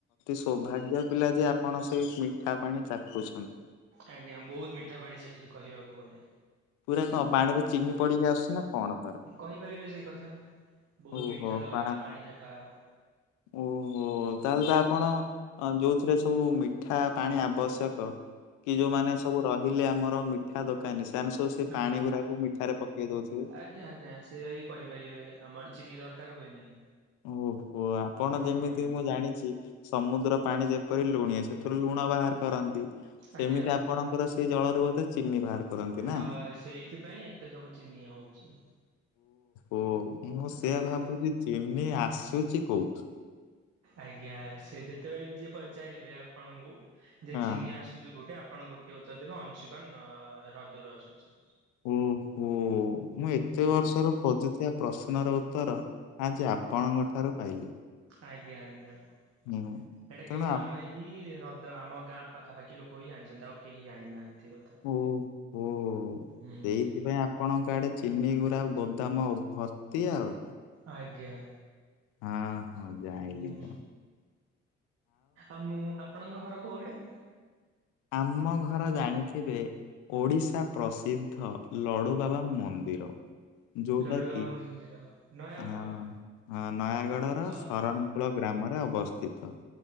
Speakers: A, on the left (about 80°); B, on the right (about 55°).
A: ସୌଭାଗ୍ୟ ପିଲା ଯେ ଆପଣ ସେଇ ମିଠା ପାଣି ଚାଖୁଚନ୍ତି।
B: ଆଜ୍ଞା ବହୁତ ମିଠା ପାଣି ସେଠିକି କହିବାକୁ ଗଲେ।
A: ପୁରା କଣ ପାଣିରେ ଚିନି ପଡିକି ଆସୁଚି ନା କଣ ତାର?
B: କହିପାରିବେ ସେଇ କଥା। ବହୁତ
A: ଓହୋ
B: ମିଠା ତ ଲାଗେ
A: ପାହା
B: ପାଣି ସେଠାକାର ହୁଁ
A: ଓହୋ ତାହେଲେ ତ ଆପଣ ଅ ଯୋଉଥିରେ ସବୁ ମିଠା ପାଣି ଆବଶ୍ୟକ। କି ଯୋଉମାନେ ସବୁ ରହିଲେ ଆମର ମିଠା ଦୋକାନୀ ସେମାନେ ସବୁ ସେ
B: ଆଜ୍ଞା।
A: ପାଣି ଗୁଡାକୁ ମିଠାରେ ପକେଇ ଦଉଥିବେ।
B: ଆଜ୍ଞା ଆଜ୍ଞା ସେଟା ହି କହିପାରିବେ। ଆମର ଚିନି ଦରକାର ହୁଏ ନାହିଁ।
A: ଓହୋ ଆପଣ ଯେମିତି
B: ହଁ
A: ମୁଁ ଜାଣିଚି ସମୁଦ୍ର ପାଣି ଯେପରି ଲୁଣି ସେଥିରୁ ଲୁଣ ବାହାର କରନ୍ତି। ସେମିତି
B: ଆଜ୍ଞା
A: ଆ ପଣଙ୍କର ସେଇ ଜଳରୁ ବୋଧେ ଚିିନି ବାହାର କରନ୍ତି।
B: ହଁ
A: ନା?
B: ସେଇଥିପାଇଁ ଏତେ ସବୁ ଚିନି ହଉଚି।
A: ଓ ମୁଁ ସେଆ
B: ଆଜ୍ଞା
A: ଭାବୁଚି ଚିନି ଆସୁଚି କୋଉଠୁ।
B: ଆଜ୍ଞା ସେ ଯେତେବେଳେ ବି ଯିଏ ପଚାରିବେ ଆପଣଙ୍କୁ ଯେ
A: ହଁ
B: ଚିନି ଆସୁ ଚି ଗୋଟେ ଆପଣ ଗୋଟଏ ଉତ୍ତର ଦେବେ ଅଂସୂପା ହ୍ରଦରୁ ଆସୁଚି।
A: ଓହୋ ମୁଁ ଏତେ
B: ହୁଁ
A: ବର୍ଷରୁ ଖୋଜୁଥିବା ପ୍ରଶ୍ନର ଉତ୍ତର ଆଜି ଆପଣଙ୍କ ଠାରୁ ପାଇଲି।
B: ଆଜ୍ଞା ଆଜ୍ଞା ଏଇଟା
A: ହୁଁ ତେଣୁ
B: କେବଳ
A: ଆପ
B: ଆମରି ହିଁ ହ୍ର ତ ଆମ ଗାଁ ପାଖାପାଖି ଲୋକ ହିଁ ଜାଣିଚନ୍ତି। ଆଉ କେହି ଜାଣିନାହାନ୍ତି।
A: ଓ ହୋ
B: ହୁଁ
A: ସେଇଥିପାଇଁ ଆପ ପଣଙ୍କ ଆଡେ ଚିନି ଗୁୁରା ଆଉ ଗୋଦାମ ଭର୍ତ୍ତି ଆଉ।
B: ଆଜ୍ଞା।
A: ହଁ। ହଁ ଜାଣିଲି
B: ହୁଁ
A: ଜାଣି
B: ଆଉ ମୁଁ ଆପଣଙ୍କ ଘର କୋଉ ଆଡେ?
A: ଆମ ଘର ଜାଣିଥିବେ। ଓଡ଼ିଶା ପ୍ରସିଦ୍ଧ ଲଡ଼ୁବାବା ମନ୍ଦିର। ଯୋଉଟା
B: ଲଡୁବାବା
A: କି
B: ମନ୍ଦିର ନୟାଗଡ଼।
A: ଆ ଆ ନୟାଗଡ଼ର
B: ଅ
A: ଶରଣ କୂଳ ଗ୍ରାମରେ ଅବସ୍ଥିତ।